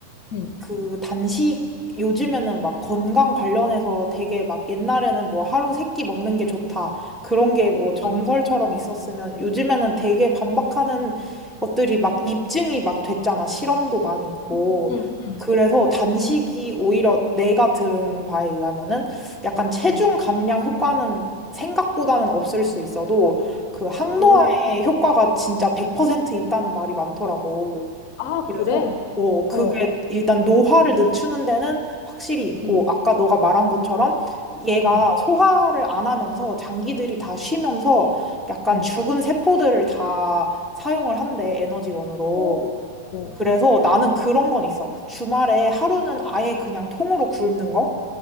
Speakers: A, on the left; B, in the centre.
A: 응.
B: 그 단식 요즘에는 막 건강 관련해서 되게 막 옛날에는 뭐 하루 세끼 먹는 게 좋다. 그런 게
A: 오,
B: 뭐 정설처럼
A: 맞아. 어,
B: 있었으면 요즘에는 되게 반박하는 것들이 막 입증이 막 됐잖아. 실험도 많이 있고.
A: 응, 응, 응.
B: 그래서 단식이 오히려 내가 들은 바에 의하면은 약간 체중
A: 응.
B: 감량 효과는 생각보다는 없을 수 있어도 그 항노화의
A: 오,
B: 효과가 진짜 100% 있다는 말이 많더라고.
A: 아,
B: 그래서
A: 그래?
B: 어, 그게
A: 어,
B: 일단 노화를 늦추는 데는 확실히 있고
A: 응,
B: 아까 너가 말한 것처럼 얘가
A: 응,
B: 소화를 안 하면서 장기들이 다 쉬면서 약간
A: 응.
B: 죽은 세포들을 다 사용을 한대 에너지원으로.
A: 오, 오.
B: 그래서 나는 그런 건 있어. 주말에 하루는 아예 그냥 통으로 굶는 거?